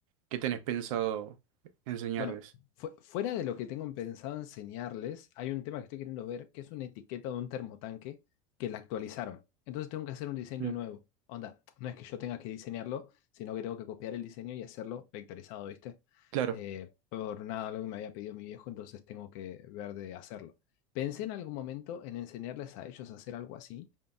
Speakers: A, on the right (about 80°); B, on the left (about 65°).
A: qué tenés pensado enseñarles?
B: Bueno, fu- fuera de lo que tengo pensado enseñarles, hay un tema que estoy queriendo ver, que es una etiqueta de un termotanque que la actualizaron. Entonces tengo que hacer un diseño
A: Mm,
B: nuevo. Onda, no es que yo tenga que diseñarlo, sino que tengo que copiar el diseño y hacerlo vectorizado, ¿viste?
A: claro,
B: Eh, por nada lo que me había pedido mi viejo, entonces tengo que ver de hacerlo. Pensé en algún momento en enseñarles a ellos a hacer algo así,